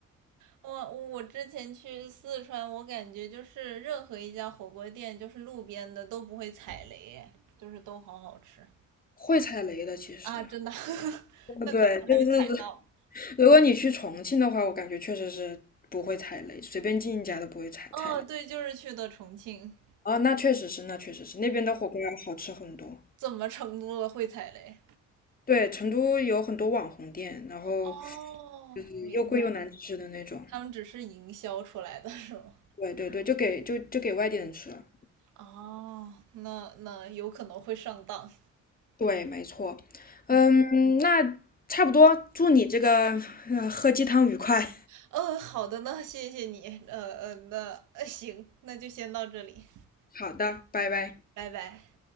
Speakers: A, on the right (about 80°); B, on the left (about 30°).
A: 我我之前去四川，我感觉就是任何一家火锅店，就是路边的都不会踩雷，就是都好好吃
B: 会踩雷的，其实，
A: 啊！真的，<laughs>
B: 呃对，
A: 那可能我还没踩到。
B: 就是如果你去重庆的话，我感觉确实是不会踩雷，随便进一家都不会踩踩雷。
A: 哦，对，就是去的重庆，
B: 啊，那确实是，那确实是，那边的火锅要好吃很多。
A: 怎么成都了会踩雷？
B: 对，成都有很多网红店，然后
A: 哦，
B: 就是又贵又难吃的那种。
A: 明白，他们只是营销出来的是吗？
B: 对对对，就给就就给外地人吃了。
A: 哦，那那有可能会上当。
B: 对，没错。嗯，
A: 嗯，
B: 那差不多，祝你这个，呃喝鸡汤愉快。
A: 呃、哦好的呢，谢谢你。呃呃，那呃行，那就先到这里。
B: <laughs> 好的，拜拜。
A: 拜拜。